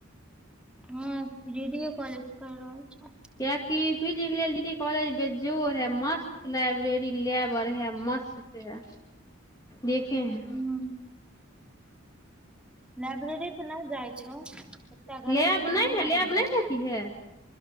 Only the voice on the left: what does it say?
कियाकी पीजी के लेल जे डी कॉलेज बेजोड़ है मस्त लाइब्रेरी, लेब अर हे मस्त से है। देखे हैं।
लैब
नहीं
है लैब
नहीं है।